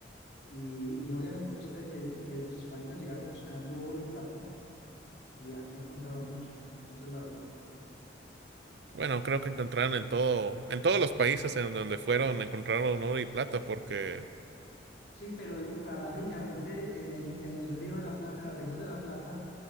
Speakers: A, on the left; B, on the right.
A: Y, y obviamente este, eh, eh, los españoles llegaron buscando oro y plata y aquí encontraron mucho. Esa es la verdad.
B: Bueno, creo que encontraron en todo, en todos los países en donde fueron, encontraron oro y plata, porque
A: Sí, pero paradójicamente en el, en el Río de la Plata, en la región de La Plata,